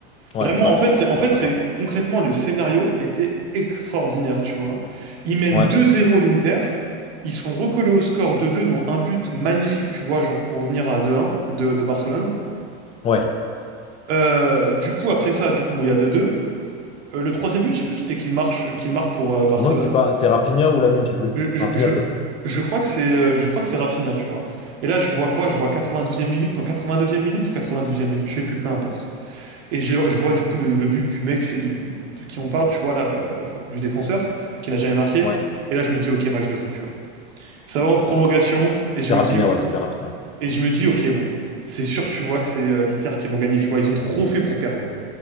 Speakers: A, on the left; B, on the right.
A: Ouais,
B: Vraiment,
A: bah
B: en
A: je
B: fait, c'est
A: suis totalement
B: en fait
A: d'accord.
B: c'est concrètement le scénario était extraordinaire, tu vois. Ils mènent
A: Ouais,
B: deux zéro l'Inter, ils se font recoller au score 2 deux, dont un but magnifique, tu vois, genre pour revenir à deux un de, de Barcelone.
A: ouais.
B: Euh, du coup, après ça, du coup, bon, il y a 2-2. Euh, le troisième but, je sais plus qui c'est qui le marche, qui le marque pour euh, Barcelone.
A: Je me demande si c'est pas c'est Rafinha ou Lamine, j'ai vu.
B: Je, je,
A: Rafinha
B: je-
A: peut-être.
B: je crois que c'est euh, je crois que c'est Rafinha, tu vois. Et là, je vois quoi? Je vois 92e minute, non, 89e minute ou 92e minute, je sais plus, peu importe. Et je, je vois du coup le, le but du mec, tu sais, du- de qui on parle, tu vois là, euh, du défenseur, qui n'a jamais marqué.
A: Ouais,
B: Et là, je me dis, ok, match de fou, tu vois. Ça va en prolongation, et
A: c'est
B: je me
A: Rafinha,
B: dis,
A: ouais, c'est bien Rafinha.
B: et je me dis, ok, bon, c'est sûr, tu vois que c'est euh, l'Inter qui vont gagner, tu vois. Ils ont trop fait pour perdre.